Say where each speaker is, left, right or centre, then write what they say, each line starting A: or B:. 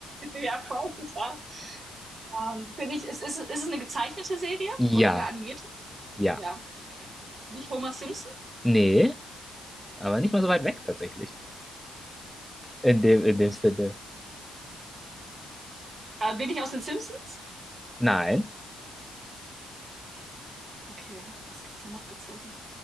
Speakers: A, on the right; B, in the centre.
A: Ja, voll, total. Ähm, bin ich, ist, ist, ist es eine gezeichnete Serie
B: Ja,
A: oder eine animierte?
B: ja.
A: Ja, okay. Bin ich Homer Simpson?
B: Nee, aber nicht mal so weit weg tatsächlich. In dem, in dem Sinne.
A: Äh, bin ich aus den Simpsons?
B: Nein.
A: Okay, was gibt's denn noch gezeichnetes?